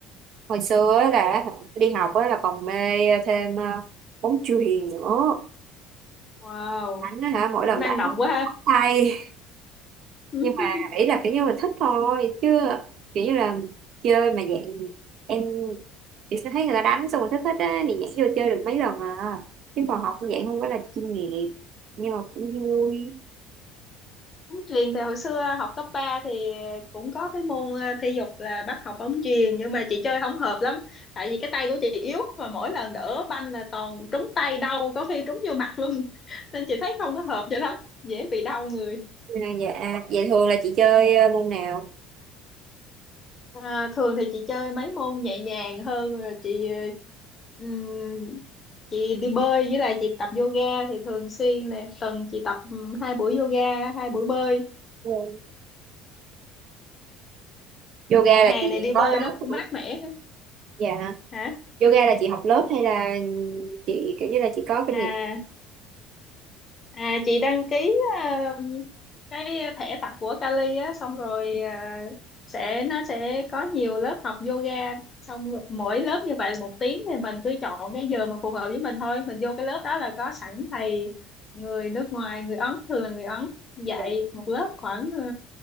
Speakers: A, on the right (about 55°); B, on the left (about 30°).
A: hồi xưa á là đi học á là còn mê thêm ờ, bóng chuyền nữa
B: wow
A: đánh á hả mỗi lần
B: cũng năng
A: đánh
B: động quá ha
A: tay
B: <laughs>
A: nhưng mà ý là kiểu như là thích thôi chứ kiểu như là chơi mà dạng em chị sẽ thấy người ta đánh xong rồi thích thích á thì nhảy vô chơi được mấy lần à chứ
B: Ừ.
A: còn học cũng dạng không phải là chuyên nghiệp nhưng mà cũng vui
B: bóng chuyền thì hồi xưa học cấp ba thì cũng có cái môn à, thể dục là bắt học bóng chuyền nhưng mà chị chơi không hợp lắm tại vì cái tay của chị yếu mà mỗi lần đỡ banh là toàn trúng tay đau có khi trúng vô mặt luôn <laughs> nên chị thấy không có hợp cho lắm dễ bị đau người
A: Nhưng dạ vậy thường là chị chơi ờ, môn nào
B: À, thường thì chị chơi mấy môn nhẹ nhàng hơn rồi chị ờ, ừm, chị đi bơi với lại chị tập yoga thì thường xuyên nè tuần chị tập ừm, hai buổi yoga hai buổi bơi
A: Ừ. yoga
B: mùa
A: là
B: hè
A: chị
B: này đi bơi
A: có lớp
B: nó
A: không
B: cũng mát mẻ
A: dạ
B: hả
A: yoga là chị học lớp hay là chị kiểu như là chị có kinh
B: à
A: nghiệm
B: À, chị đăng ký ờ, cái thẻ tập của Kali á xong rồi ờ, sẽ nó sẽ có nhiều lớp học yoga xong rồi mỗi lớp như vậy là một tiếng thì mình cứ chọn cái giờ mà phù hợp với mình thôi mình vô cái lớp đó là có sẵn thầy người nước ngoài người Ấn thường là người Ấn dạy
A: Dạ.
B: một lớp khoảng ờ,